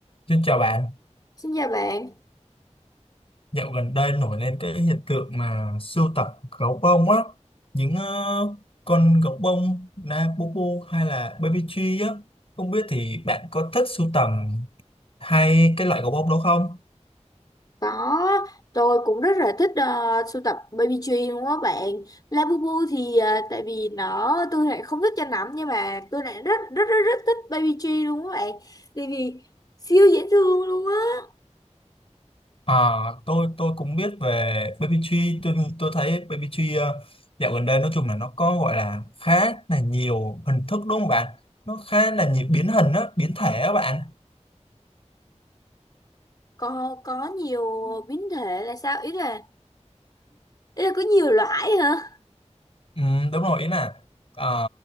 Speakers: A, on the left (about 50°); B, on the left (about 35°).
A: Xin chào bạn,
B: Xin chào bạn,
A: dạo gần đây nổi lên cái hiện tượng mà sưu tập gấu bông á, những ờ, con gấu bông na Bubu hay là Baby Tree á, không biết thì bạn có thích sưu tầm hay cái loại gấu bông đó không?
B: có tôi cũng rất là thích ờ, sưu tập baby tree luôn á bạn. Labubu thì ờ, tại vì nó tôi lại không thích cho lắm nhưng mà tôi lại rất rất rất rất thích baby tree luôn á bạn. Tại vì siêu dễ thương luôn á.
A: À, tôi tôi cũng biết về Baby Tree, tôi tôi thấy Baby Tree ờ, dạo gần đây nói chung là nó có gọi là khá là nhiều hình thức đúng không bạn? Nó khá là nhiều biến hình á, biến thể á bạn.
B: Có có nhiều biến thể là sao? Ý là ý là có nhiều loại hả?
A: Ừ, đúng rồi ý là à,